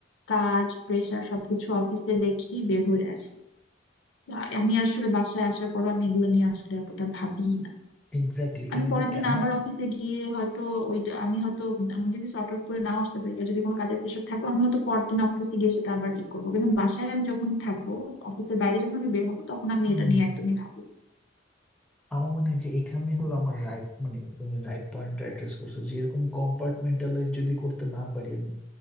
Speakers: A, on the left; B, in the centre.
A: কাজ প্রেশার সবকিছু অফিসে দেখি বের হয়ে আসি আ- আমি আসলে বাসায় আসার পর আমি এগুলো নিয়ে আসলে এতটা ভাবি না
B: Exactly
A: আমি
B: exactly
A: পরের দিন
B: আমার
A: আবার অফিসে গিয়ে হয়তো ওইটা আমি হয়তো উম আমি যদি সর্ট আউট করে নাও আসতে পারি বা যদি কোনো কাজের প্রেশার থাকে আমি হয়তো পরের দিন অফিসে গিয়ে সেটা আবার ই করবো কিন্তু বাসায় আমি যখন থাকবো অফিসের বাইরে যখন আমি বের হবো তখন আমি
B: হুম
A: এটা নিয়ে একদমই ভাবি না।
B: আমার মনে হয় যে এখানে হলো আমার রাইট মানে তুমি রাইট পয়েন্টটা অ্যাড্রেস করছো যে এরকম কম্পার্টমেন্টালাইজ যদি করতে না পারি আমি